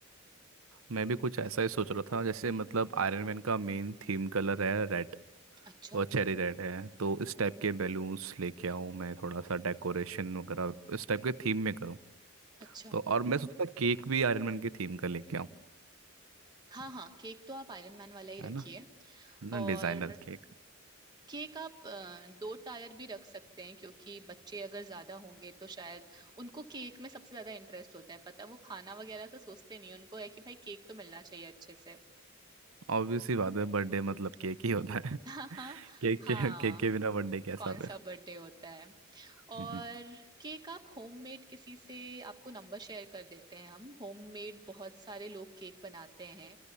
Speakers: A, on the right; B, on the right.
A: मैं भी कुछ ऐसा ही सोच रहा था जैसे मतलब आयरन मैन का मेन थीम कलर है रेड
B: अच्छा
A: और चेरी रेड है तो इस टाइप के बैलून्स लेके आऊँ मैं थोड़ा सा डेकोरेशन वगैरह इस टाइप के थीम में करूँ
B: अच्छा
A: तो और मैं सोचता केक भी आयरन मैन के थीम का लेके आऊँ
B: हाँ हाँ केक तो आप आयरन मैन वाला ही रखिए
A: है ना है ना
B: और
A: डिजाइनर केक
B: केक आप अ, दो टायर भी रख सकते हैं क्योंकि बच्चे अगर ज्यादा होंगे तो शायद उनको केक में सबसे ज्यादा इंटरेस्ट होता है पता है, वो खाना वगैरह तो सोचते नहीं हैं। उनको है कि भाई केक तो मिलना चाहिए अच्छे से
A: ऑब्वियस ही बात है बर्थडे मतलब केक ही होना है
B: <laughs>
A: <laughs>
B: हाँ हाँ
A: केक के केक
B: हाँ
A: के बिना बर्थडे कैसा
B: कौन
A: फिर
B: सा बर्थडे होता है और
A: हम्म,
B: केक आप होममेड किसी से आपको नंबर शेयर कर देते हैं हम होममेड बहुत सारे लोग केक बनाते हैं